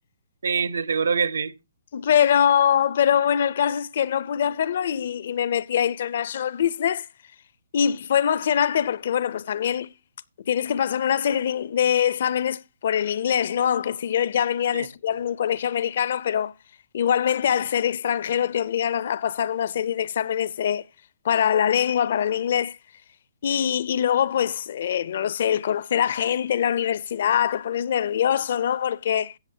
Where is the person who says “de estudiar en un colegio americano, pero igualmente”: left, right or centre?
Left